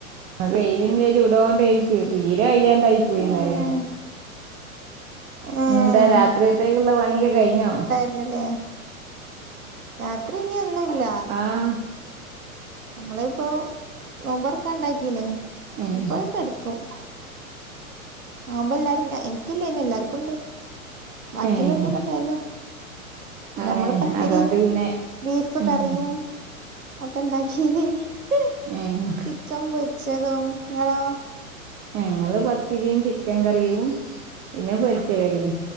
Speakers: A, on the right (about 20°); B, on the right (about 75°).
A: വെയിലിന്റെ ചൂടോണ്ടയി - തീരെ വയ്യാണ്ടായി പോയിന്നറിയ
B: ഏഹ് ഏഹ്
A: നിന്താ രാത്രിയത്തേക്കുള്ള പണിയൊക്കെ കഴിഞ്ഞോ
B: ല്ലേ രാത്രി ഇനി ഒന്നുല്ല
A: ആഹ്
B: നമ്മളിപ്പൊ നോമ്പറക്കെ ഉണ്ടാക്കില്ലേ
A: ഏഹ്
B: ഇപ്പൊക്കെ ടക്കും നൊമ്പോ ല്ലാരുംഞാ നിക്കില്ലേനി എല്ലാർക്കുണ്ടേനി. ബാക്കിള്ളർക്കൊക്കെ
A: ഏഹ്
B: ഉണ്ടായിന്നു.
A: അതെ
B: നമ്മള് പത്തിരിഏനി
A: അതോണ്ട് പിന്നെ
B: ബീഫ്
A: ഏഹ്
B: കറിയും ഒക്കെ ഇണ്ടാക്കീനി. <inaudible>
A: ഏഹ്
B: ചിക്കൻ പൊരിച്ചതും നിങ്ങളോ?
A: ങ്ങള് പത്തിരിയും ചിക്കൻ കറിയും പിന്നെ പൊരിച്ചകടിയും.